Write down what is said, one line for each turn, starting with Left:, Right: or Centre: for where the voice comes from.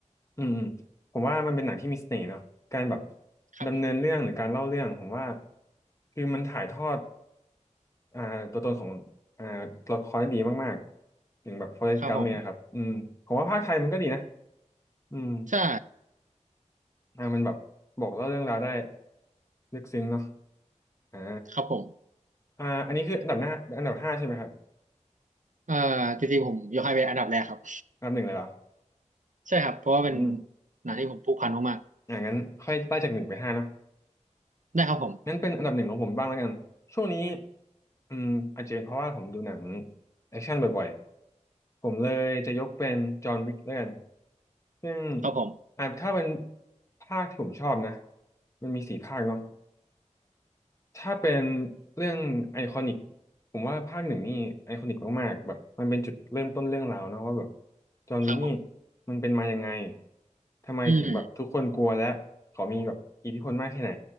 Left: อืมอืมผมว่ามันเป็นหนังที่มีเสน่ห์เนาะการแบบ
Right: ๆครับผม
Left: ดำเนินเรื่องหรือการเล่าเรื่องผมว่าคือมันถ่ายทอดอ่าตัวตนของอ่าตัวละครได้ดีมากๆอย่างแบบ Forrest
Right: ครับผม
Left: Gump เนี่ยครับอืมผมว่าภาคไทยมันก็ดีนะอืม
Right: ใช่
Left: อ่ามันแบบบอกเล่าเรื่องราวได้ลึกซึ้งเนาะอ่า
Right: ครับผม
Left: อ่าอันนี้คืออันดับหน้าอันดับห้าใช่ไหมครับ
Right: เอ่อจริงๆผมยกให้เป็นอันดับแรกครับ
Left: อันดับหนึ่งเลยเหรอ
Right: ใช่ครับเพราะว่าเป็น
Left: อืม
Right: หนังที่ผมผูกพันมาก
Left: อ่างั้นค่อยไล่จากหนึ่งไปห้าเนาะ
Right: ๆได้ครับผม
Left: งั้นเป็นอันดับหนึ่งของผมบ้างแล้วกัน ช่วงนี้อืมอาจจะเป็นเพราะว่าผมดูหนังแอคชั่นบ่อยๆ ผมเลยจะยกเป็นจอห์นวิกแล้วกันซึ่ง
Right: ครับผม
Left: อ่าถ้าเป็นภาคที่ผมชอบนะมันมีสี่ภาคเนาะ ถ้าเป็นเรื่องไอคอนิกผมว่าภาคหนึ่งนี่ไอคอนิกมากๆแบบมันเป็นจุดเริ่มต้นเรื่องราวเนอะว่าแบบจอห์นวิกนี่
Right: ครับผม
Left: มันเป็นมายังไงทำไมถึงแบบทุกคนกลัวและเขามีแบบอิทธิพลมากแค่ไหน
Right: อืม